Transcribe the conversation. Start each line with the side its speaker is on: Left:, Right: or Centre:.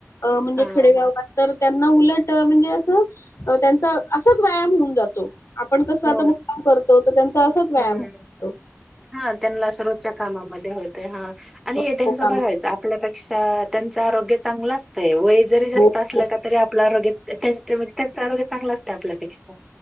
Left: अ म्हणजे
Centre: हा
Left: खडेगावात
Centre: हा
Left: तर त्यांना उलट म्हणजे असं त्यांचा असाच व्यायाम होऊन जातो. आपण कसं
Centre: हो
Left: आता मुक्काम
Centre: ना
Left: करतो, तर त्यांचा असाच व्यायाम
Centre: हम्म
Left: होऊन जातो.
Centre: हा त्यांना रोजच्या कामामध्ये होते हा आणि
Left: हो
Centre: त्यांच
Left: हो कामा
Centre: बघायचं आपल्या पेक्षा त्यांचं आरोग्य चांगलं असतं वय जरी जास्त
Left: हो
Centre: असलं
Left: हो
Centre: का तरी आपलं आरोग्य त्यां म्हणजे त्यांच आरोग्य चांगलं असत आपल्यापेक्षा.